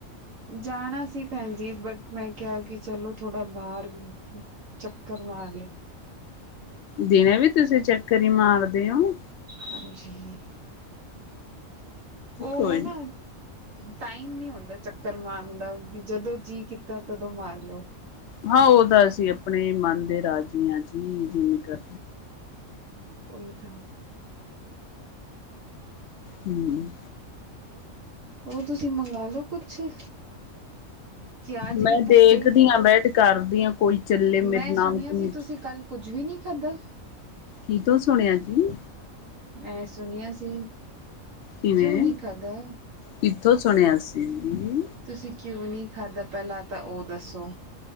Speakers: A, on the right (about 75°); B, on the left (about 65°).
A: ਜਾਣਾ ਸੀ ਭੈਣ ਜੀ ਬਟ ਮੈਂ ਕਿਹਾ ਕਿ ਚਲੋ ਥੋੜਾ ਬਾਹਰ ਚੱਕਰ ਮਾਰ ਲਏ,
B: ਦਿਨੇ ਵੀ ਤੁਸੀਂ ਚੱਕਰ ਹੀ ਮਾਰਦੇ ਹੋ
A: ਹਾਂਜੀ ਉਹ
B: ਕੋਈ
A: ਹੈ ਨਾ
B: ਨੀ।
A: ਟਾਈਮ ਨੀ ਹੁੰਦਾ ਚੱਕਰ ਮਾਰਨ ਦਾ ਜਦੋਂ ਜੀਅ ਕੀਤਾ ਤਦੋਂ ਮਾਰ ਲਓ।
B: ਹਾਂ ਉਹ ਤਾਂ ਅਸੀਂ ਆਪਣੇ ਮਨ ਦੇ ਰਾਜੀਆਂ ਚ ਜੀ ਜੀ ਮੈਂ ਕਰ,
A: ਉਹੀ ਤਾਂ
B: ਹੂੰ,
A: ਉਹ ਤੁਸੀਂ ਮੰਗਾਲੋ ਕੁਛ ਅੱਛੇ, ਕਿਆ ਅੱਜ
B: ਮੈਂ
A: ਵੀ ਪੁੱਕੇ
B: ਦੇਖਦੀ
A: ਹੀ ਰਹਿਣਾ
B: ਹਾਂ ਬੈਠ ਕਰਦੀ ਹਾਂ ਕੋਈ ਚੱਲੇ ਮੇਰੇ
A: ਮੈਂ ਸੁਣਿਆ
B: ਨਾਮ ਤਮੀਜ਼
A: ਸੀ ਤੁਸੀਂ ਕੱਲ ਕੁੱਝ ਵੀ ਨਹੀਂ ਖਾਧਾ
B: ਕੀ ਤੂੰ ਸੁਣਿਆ ਜੀ,
A: ਮੈ ਸੁਣਿਆ ਸੀ।
B: ਕਿਵੇਂ
A: ਕਿਉਂ ਨੀ ਖਾਦਾ।
B: ਕਿੱਥੋਂ ਸੁਣਿਆ ਸੀ ਜੀ
A: ਤੁਸੀਂ ਕਿਉਂ ਨਹੀਂ ਖਾਧਾ ਪਹਿਲਾਂ, ਤਾਂ ਉਹ ਦੱਸੋ?